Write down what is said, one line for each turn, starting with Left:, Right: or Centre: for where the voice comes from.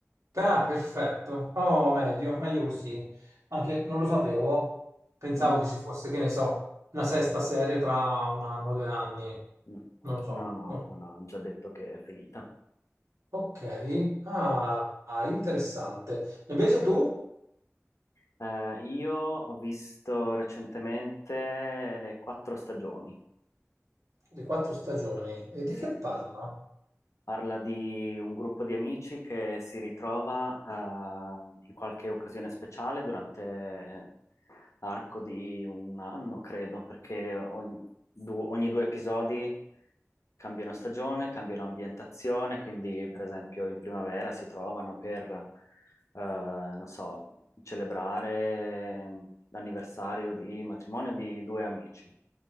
Right: Ah, perfetto. Oh, meglio, meglio così. Anche non lo sapevo. Pensavo
Left: Mm,
Right: che ci fosse, che ne so, una sesta serie tra un anno, due anni.
Left: mm.
Right: Non lo so.
Left: No, no,
Right: No.
Left: no, no, hanno già detto che è finita.
Right: Ok. Ah, ah, interessante. Invece tu,
Left: Eh, io ho visto recentemente le quattro stagioni,
Right: le quattro stagioni, e di
Left: sì,
Right: che parla?
Left: parla di un gruppo di amici che si ritrova eh, in qualche occasione speciale durante arco di un anno, credo, perché ogni, du- ogni due episodi cambiano stagione, cambiano ambientazione, quindi per esempio in primavera si trovano per, eh, non so, celebrare l'anniversario di matrimonio di due amici.